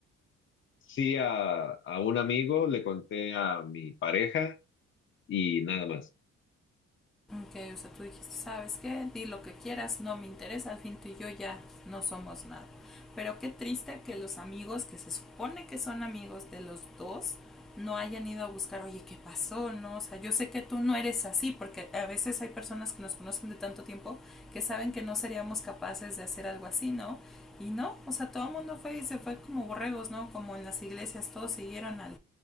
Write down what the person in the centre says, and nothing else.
ok, o sea, tú dijiste, ¿sabes qué? Di lo que quieras, no me interesa, al fin tú y yo ya no somos nada. Pero qué triste que los amigos que se supone que son amigos de los dos no hayan ido a buscar, oye, ¿qué pasó? No, o sea, yo sé que tú no eres así, porque a veces hay personas que nos conocen de tanto tiempo que saben que no seríamos capaces de hacer algo así, ¿no? Y no, o sea, todo el mundo fue y se fue como borregos, ¿no? Como en las iglesias, todos siguieron al,